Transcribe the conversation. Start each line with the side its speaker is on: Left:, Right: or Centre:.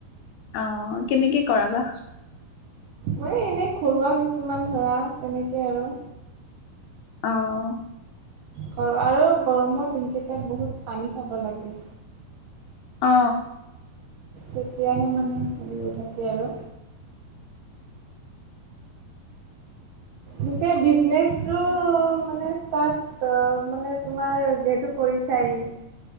Left: অ কেনেকে কৰাবা
Right: মই এনেই ঘৰুৱা কিছুমান ধৰা তেনেকে আৰু
Left: অ'।
Right: কৰ আৰু গৰমৰ দিনকেইটাত বহুত পানী খাব লাগে।
Left: অ
Right: তেতিয়াহে মানে হেৰি হৈ থাকে আৰু পিছে বিছনেজটো্ মানে ষ্টাৰ্ট ত মানে তোমাৰ যিহেতু কৰি বিচাৰি